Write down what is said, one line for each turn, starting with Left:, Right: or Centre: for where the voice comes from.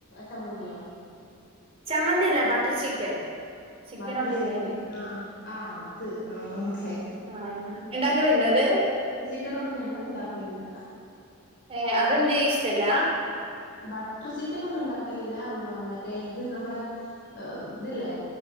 Left: ചമ്മന്തിയോ
Right: ചമ്മന്തില ബട്ടർ ചിക്കൻ ചിക്കനോണ്ടില്ലേ
Left: ബട്ടർ ചിക്കന് ആ ആ ആ അത് ആ ഓക്കെ
Right: ആഹ ണ്ടാക്കലുണ്ടോ ത്
Left: ചിക്കനൊന്നും ഞങ്ങൾ ഉണ്ടാക്കല് ല്ല
Right: ഏ അതന്തേ ഇഷ്ട ല്ലാ
Left: ബട്ടർ ചിക്കൻ ഒന്നും ഉണ്ടാക്കലില്ല മറ്റേ ഇത് നമ്മളെ ത് ലേ